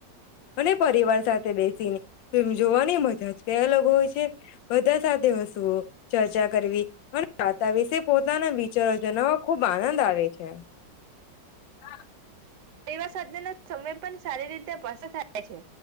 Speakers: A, on the left; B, on the right.
A: અને પરિવાર સાથે બેસીને ફિલ્મ જોવાની મજા જ કઈ અલગ હોય છે. બધ બધા સાથે હસવું, ચર્ચા કરવી અને વાતા વિશે પોતાના વિચારો જણાવા ખૂબ આનંદ આવે છે. હા.
B: પરિવાર સાથેનો સમય પણ સારી રીતે પસાર થાય છે.